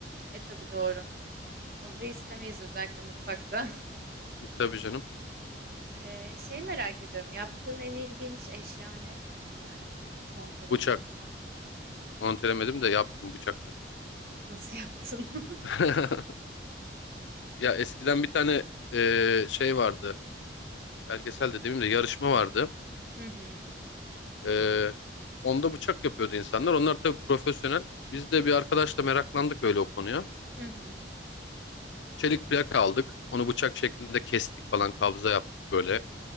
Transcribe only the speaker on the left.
Tabii canım.
Bıçak montelemedim de yaptım bıçak
yaptım. <laughs> Ya eskiden bir tane e, şey vardı. Belgesel de demeyeyim de yarışma vardı.
E, onda bıçak yapıyordu insanlar. Onlar tabii profesyonel. Biz de bir arkadaşla meraklandık öyle o konuya.
Çelik plaka aldık. Onu bıçak şeklinde kestik falan kabza yaptık böyle.